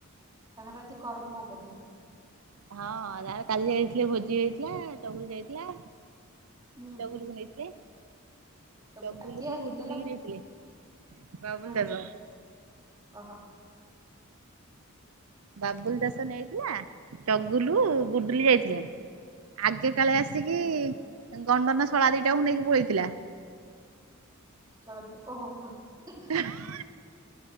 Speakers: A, on the right; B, on the right.
A: କାହାର ଆଜି କର୍ମ ବୋଧେ।
B: ହଁ ଯାହାର କାଲି ଯାଇଥିଲେ ଭୋଜି ହେଇଥିଲା ଚଗୁଲ୍ ଯାଇଥିଲା।
A: ହୁଁ
B: ଚଗୁଲୁ କୁ ନେଇଥିଲେ।
A: ଚଗୁଲ
B: ଚଗୁଲକୁ
A: ଆ କିଏ ଆସି
B: ଗୁଡୁଲିକି
A: ନେଲା କିଏ
B: ନେଇଥିଲେ ବାବୁଲ
A: ହଁ
B: ଦାସ
A: ଓହୋ।
B: ବାବୁଲ୍ ଦାସ ନେଇଥିଲା। ଚଗୁଲୁ ଗୁଡୁଲି ଯାଇଥିଲେ,
A: ହୁଁ
B: ଆଗେ କାଳେ ଆସିକି
A: ହୁଁ
B: ଗଣ୍ଡନ ଶଳା ଦିଟାକୁ ନେଇକି ପଳେଇଥିଲା।
A: ଚଳତି ଓହୋ। <unintelligible>
B: <unintelligible>